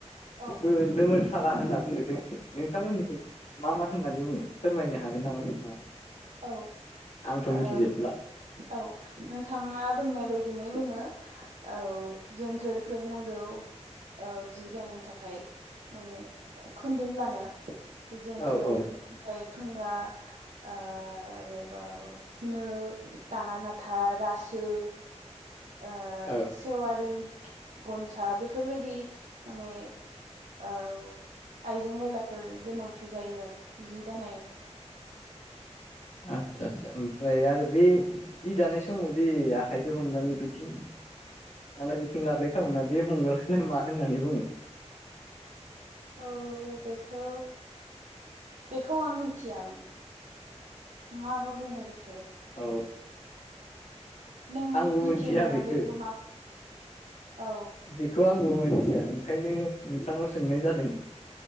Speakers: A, on the right (about 85°); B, on the left (about 75°).
A: औ
B: बेखौ
A: औ
B: लोमोनथाला होनना बुंदों जोंथि नोंथांमोननिथिं मा मा होननानै बुङो फोरमायनो हागोन नामा नोंथाङा?
A: औ
B: आंथ'
A: ओ
B: मिथिजोबला
A: औ नोंथाङा बुंनाय बायदिनो बुङो औ जोनथोरफोर नांगौ औ जि दानो थाखाय माने खोन्दोंलाना गोजोनथोर
B: औ औ
A: ओमफ्राय फुंगा ओ ओ आरोबाव नो दाङा नाथा रासो ओ
B: औ
A: सेवारि गनसा बेफोरबायदि माने औ आइजें आयलाफोर गोनांथि जायो आरो जि दानायाव
B: आदसा आदसा ओमफ्राय आरो बे जि दानाय समाव जि आखाइजों हमनानै बिथिं नालाय बिथिं लाबोलाय खालामोना बे हमग्रानो मा होननानै बुङो
A: औ बेखौ बेखौ आंनि थिया माने माबा बुंङो
B: औ
A: नों
B: आंबो
A: मिथियो
B: मिथिया
A: नामा
B: बेखौ
A: मा औ
B: बेखौ आं बो मिथिया ओंखायनो नोंथांनाव सोंनाय जादों।